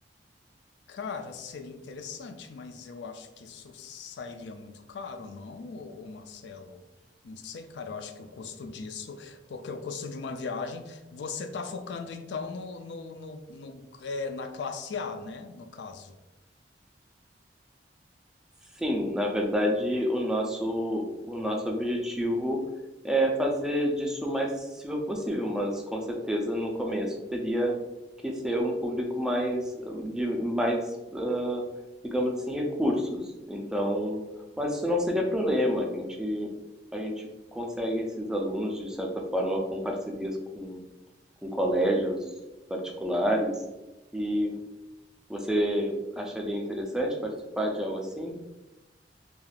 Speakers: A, on the left; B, in the centre.
A: Cara, seria interessante, mas eu acho que isso sairia muito caro, não, ô, ô Marcelo? Não sei, cara, eu acho que o custo disso, porque o custo de uma viagem, você tá focando então no, no, no, no, é, na classe A, né? No caso.
B: Sim, na verdade, o nosso, o nosso objetivo é fazer disso o mais acessível possível, mas com certeza no começo teria que ser um público mais eh, de mais, ah, digamos assim, recursos. Então, mas isso não seria problema. A gente a gente consegue esses alunos de certa forma com parcerias com com colégios particulares. E você acharia interessante participar de algo assim?